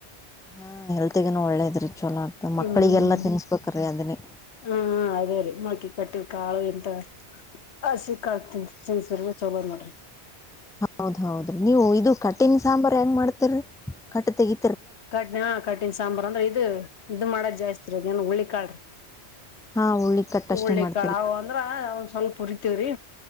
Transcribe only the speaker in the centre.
ಹಾ ಹೆಲ್ತ್ಗನು ಒಳ್ಳೇದ್ರಿ ಚಲೋ ಆಗ್ತ ಮಕ್ಳಿಗೆಲ್ಲಾ
ತಿನ್ಸ್ಬೇಕ್ರೀ ಅದನ್ನಿ
ಹೌದ್ ಹೌದ್ರಿ ನೀವು ಇದು ಕಟಿನ್ ಸಾಂಬಾರ್ ಹೆಂಗ ಮಾಡ್ತರರಿ ಕಟ್ ತೆಗಿ
ಹಾ ಉಳ್ಳಿ ಕಟ್ ಅಷ್ಟೇ
ಮಾಡ್ತೀರಿ